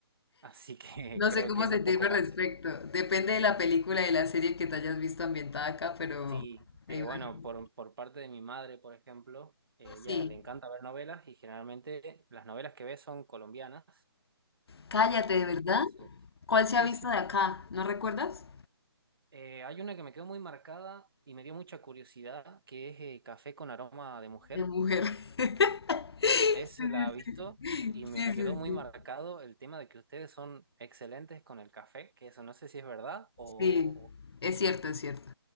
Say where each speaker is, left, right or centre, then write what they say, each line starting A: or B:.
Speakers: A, on the right; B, on the left.
A: así que <laughs>
B: No
A: creo
B: sé cómo
A: que es
B: sentirme
A: un poco
B: al
A: básico.
B: respecto. Depende de la película y la serie que te hayas visto ambientada acá, pero
A: Sí,
B: me
A: eh,
B: imagino.
A: bueno, por, por parte de mi madre, por ejemplo, eh, ella
B: Sí.
A: le encanta ver novelas y generalmente las novelas que ve son colombianas.
B: Cállate, ¿de
A: Entonces,
B: verdad? ¿Cuál se
A: sí,
B: ha visto
A: sí.
B: de acá? ¿No recuerdas?
A: Eh, hay una que me quedó muy marcada y me dio mucha curiosidad, que es eh, Café con aroma de mujer
B: De mujer. <laughs> Sí,
A: Ese
B: sí,
A: la ha visto
B: sí.
A: y me
B: Sí,
A: quedó
B: sí,
A: muy
B: sí.
A: marcado el tema de que ustedes son excelentes con el café, que eso no sé si es verdad o...
B: Sí, es cierto, es cierto.